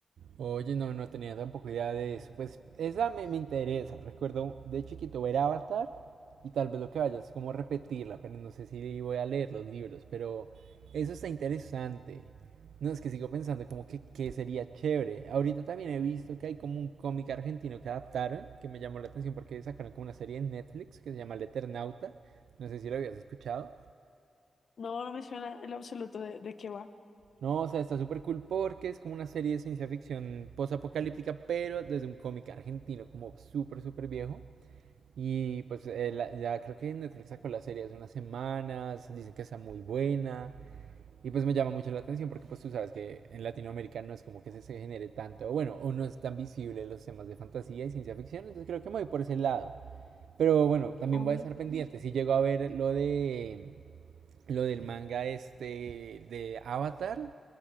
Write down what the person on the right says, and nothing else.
Oye, no, no tenía tampoco idea de eso. Pues esa me, me interesa. Recuerdo de chiquito ver Avatar y tal vez lo que vaya es como repetirla, pero no sé si voy a leer los libros. Pero eso está interesante. No, es que sigo pensando como que, que sería chévere. Ahorita también he visto que hay como un cómic argentino que adaptaron, que me llamó la atención porque sacaron como una serie en Netflix que se llama El Eternauta. No sé si lo habías escuchado.
No, o sea, está súper cool porque es como una serie de ciencia ficción post apocalíptica pero desde un cómic argentino, como súper, súper viejo. Y pues eh, la- ya creo que Netflix sacó la serie hace unas semanas, dicen que está muy buena. Y pues me llama mucho la atención porque pues tú sabes que en Latinoamérica no es como que se, se genere tanto, o bueno, o no es tan visible los temas de fantasía y ciencia ficción, entonces creo que me voy por ese lado. Pero bueno, también
voy a estar pendiente. Si llego a ver lo de lo del manga este de Avatar,